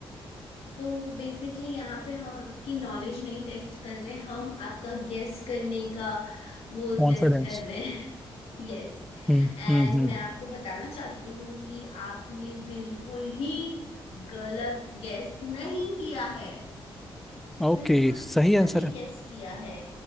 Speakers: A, on the left; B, in the centre.
A: तो बेसिकली यहाँ पे हम आपकी नॉलेज नहीं टेस्ट कर रहे हम आपका गेस करने का वो
B: कॉन्फिडेंस
A: टेस्ट कर रहे हैं <laughs> यस
B: हम्म
A: एंड
B: हम्म हम्म
A: मैं आपको बताना चाहती हूँ कि आपने बिल्कुल ही गलत गेस नहीं किया है
B: ओके
A: बिल्कुल
B: सही
A: सही
B: आंसर है
A: गेस किया है